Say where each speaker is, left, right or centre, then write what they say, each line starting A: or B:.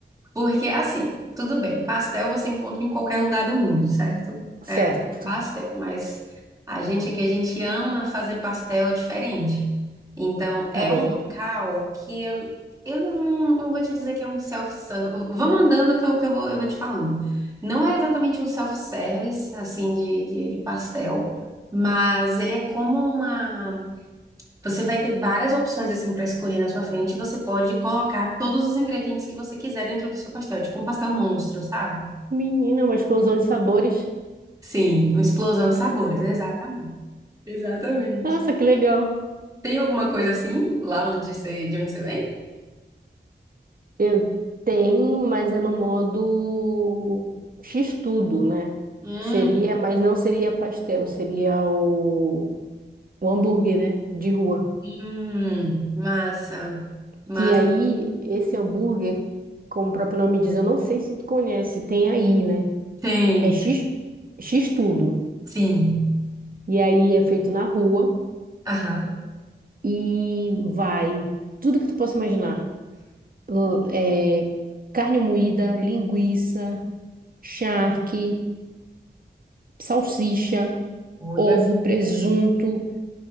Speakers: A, on the right (about 20°); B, on the right (about 50°).
A: Porque, assim, tudo bem, pastel você encontra em qualquer lugar do mundo, certo? É
B: Certo,
A: pastel, mas a gente aqui, a gente ama fazer pastel diferente. Então,
B: tá
A: é
B: bom.
A: um local que eu não, não vou te dizer que é um self-service. Vamos andando que eu, que eu vou, eu vou te falando. Não é exatamente um self-service, assim, de, de, de pastel, mas ele é como uma. Você vai ter várias opções assim para escolher na sua frente. e Você pode colocar todos os ingredientes que você quiser dentro do seu pastel, tipo um pastel monstro, sabe?
B: Menina, uma explosão de sabores.
A: Sim, uma explosão de sabores, exatamente. Exatamente.
B: Nossa, que legal.
A: Tem alguma coisa assim lá onde você, de onde você vem?
B: Eu tenho, mas é no modo X-tudo, né?
A: Hum,
B: Que Seria, mas não seria pastel, seria o, o hambúrguer, né? De rua.
A: hum, massa, massa.
B: Que aí, esse hambúrguer, como o próprio nome diz, eu não sei se tu conhece, tem aí, né?
A: Tem,
B: É X, X tudo.
A: sim.
B: E aí é feito na rua
A: Aham.
B: e vai tudo que tu possa imaginar. L- É, carne moída, linguiça, charque, salsicha,
A: Olha,
B: ovo, presunto,